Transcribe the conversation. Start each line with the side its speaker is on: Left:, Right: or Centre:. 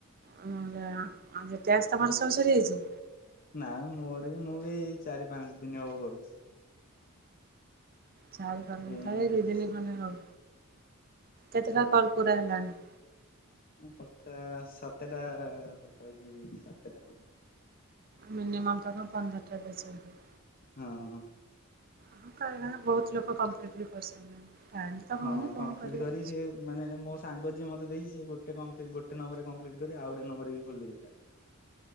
Right: ଟ୍ୟାକ୍ସ ତମର ସବୁ ସରିଯାଇଛି।
Left: ନା ମୋର ବି, ମୁଁ ବି ଏଇ ଚାରି ପାଞ୍ଚ ଦିନ ହବ କରୁଛି।
Right: ରେ
Left: ହେଇନି
Right: ଦିଦିନି
Left: ବେଶୀ।
Right: କଣ୍ଡେ ହଉ, କେତେଟା କଲ ପୁରା ହେଲାଣି?
Left: କଥା ସାତଟା ପାଖାପାଖି ସାତଟା
Right: ମିନିମମ୍ ତାକୁ ପନ୍ଦରଟା ଦେଇ ଚଛନ୍ତି।
Left: ହଁ।
Right: ହଁ ବହୁତ ଲୋକ କମ୍ପ୍ଲିଟ ବି କରିସାରିଲେଣି। ଟାଇମ୍ ତ
Left: ହଁ
Right: ହଉନି କଣ
Left: କମ୍ପ୍ଲିଟ
Right: କରିବା?
Left: କରି ସେ ମାନେ ମୋ ସାଙ୍ଗ ଯିଏ ମତେ ଦେଇଚି, ସିଏ ଗୋଟେ କମ୍ପ୍ଲି ଗୋଟେ ନମ୍ବରେ କପ୍ଲିଟ କରି ଆଉ ଗୋଟେ ନମ୍ବରରେ ବି ଖୋଲି ଦେଇଥିଲା।